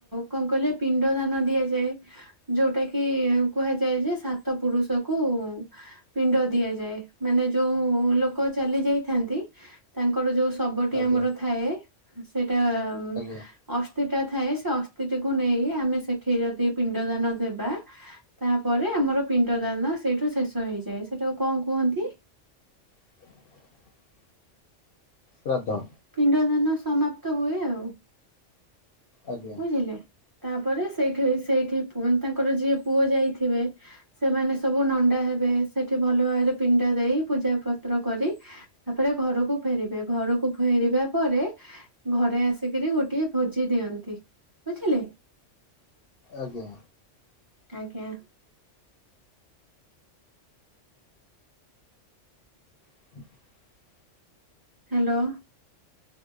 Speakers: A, on the right; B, on the left.
A: କଣ କହିଲେ ପିଣ୍ଡ ଦାନ ଦିଆଯାଏ। ଯୋଉଟା କି କୁହାଯାଏ ଯେ ସାତ ପୁରୁଷ କୁ ପିଣ୍ଡ ଦିଆଯାଏ ମାନେ ଯୋଉ ଲୋକ ଚାଲି ଯାଇଥାନ୍ତି। ତାଙ୍କର ଯୋଉ ଶବଟି
B: ଆଜ୍ଞା
A: ଆମର ଥାଏ ସେଇଟା ଉଁ ଅଷ୍
B: ଆଜ୍ଞା
A: ଅସ୍ଥି ଟା ଥାଏ ସେ ଅସ୍ଥିଟିକୁ ନେଇକି ଆମେ ସେଠି ଯଦି ପିଣ୍ଡ ଦାନ ଦେବା। ତାପରେ ଆମର ପିଣ୍ଡ ଦାନ ସେଇଠୁ ଶେଷ ହେଇଯାଏ ସେଇଟାକୁ କଣ କୁହନ୍ତି?
B: <inaudible> ଶ୍ରାଦ୍ଧ।
A: ପିଣ୍ଡ ଦାନ ସମାପ୍ତ ହୁଏ ଆଉ।
B: ଆଜ୍ଞା
A: ବୁଝିଲେ ତାପରେ ସେଇଠି ସେଇଠି ପୁ ତାଙ୍କର ଯିଏ ପୁଅ ଯାଇଥିବେ। ସେମାନେ ସବୁ ନଣ୍ଡା ହେବେ ସେଠି ଭଲ ଭାବରେ ପିଣ୍ଡ ଦେଇ ପୂଜା ପତ୍ର କରି ତାପରେ ଘରକୁ ଫେରିବେ ଘରକୁ ଫେରିବା ପରେ। ଘରେ ଆସିକିରି ଗୋଟିଏ ଭୋଜି ଦିଅନ୍ତି। ବୁଝିଲେ।
B: ଆଜ୍ଞା।
A: ଆଜ୍ଞା।
B: <inaudible>
A: ହ୍ୟାଲୋ।